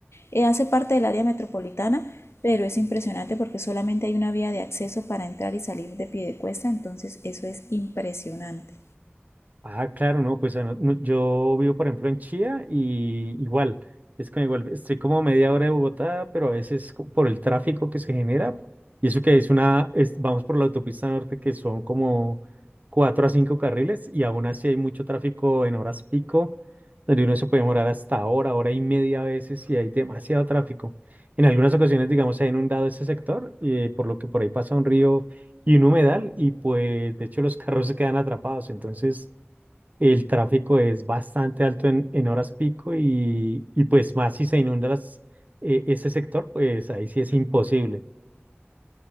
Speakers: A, on the left; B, on the right.
A: Eh, hace parte del área metropolitana, pero es impresionante porque solamente hay una vía de acceso para entrar y salir de Piedecuesta, entonces eso es impresionante.
B: Ah, claro, no, pues ah, no- no, yo vivo, por ejemplo, en Chía y igual, es con igual, estoy como a media hora de Bogotá, pero a veces co- por el tráfico que se genera, y eso que es una, es- vamos por la autopista norte que son como cuatro a cinco carriles y aún así hay mucho tráfico en horas pico, donde uno se puede demorar hasta hora, hora y media a veces y hay demasiado tráfico. En algunas ocasiones, digamos, se ha inundado este sector, eh, por lo que por ahí pasa un río y un humedal y pues de hecho los carros se quedan atrapados, entonces... El tráfico es bastante alto en, en horas pico y, y pues más si se inunda las- eh, ese sector, pues ahí sí es imposible.